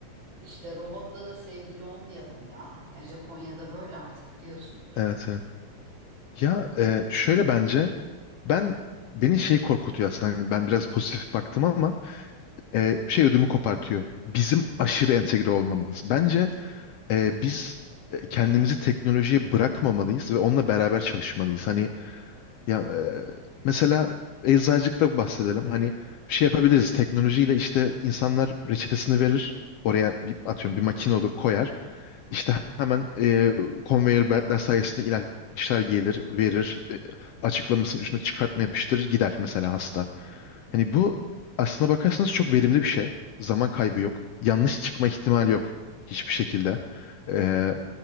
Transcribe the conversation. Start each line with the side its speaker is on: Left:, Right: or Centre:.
Right: işte robotla da sevgili olmayalım ya. Yani Japonya'da böyle artık biliyorsundur.
Left: evet, evet. Ya e, şöyle bence ben beni şey korkutuyor aslında. Hani ben biraz pozitif baktım ama e, şey ödümü kopartıyor. Bizim aşırı entegre olmamız. Bence e, biz e, kendimizi teknolojiye bırakmamalıyız ve onunla beraber çalışmalıyız. Hani ya e, mesela eczacılıkta bahsedelim. Hani bir şey yapabiliriz. Teknolojiyle işte insanlar reçetesini verir. Oraya bir, atıyorum bir makine olur koyar. İşte hemen e, conveyor beltler sayesinde ilaçlar gelir, verir, e, açıklamasının üstüne çıkartma yapıştırır, gider mesela hasta. Hani bu aslına bakarsanız çok verimli bir şey. Zaman kaybı yok. Yanlış çıkma ihtimali yok hiçbir şekilde. E,